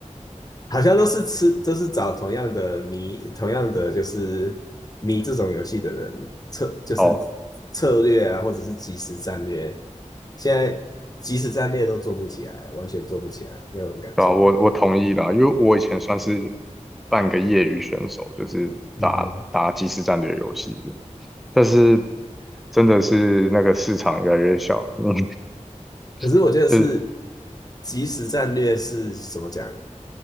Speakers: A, on the left; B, in the centre.
A: 好像都是吃，都是找同样的迷，同样的就是迷这种游戏的人策，就是
B: <laughs> 哦，
A: 策略啊，或者是即时战略。现在即时战略都做不起来，完全做不起来，没有人敢做。
B: 对啊，我我同意啦，因为我以前算是半个业余选手，就是打打即时战略游戏，
A: 嗯，
B: 但是真的是那个市场越来越小了嗯
A: 可是我觉得是
B: <laughs> 就是
A: 即时战略是怎么讲？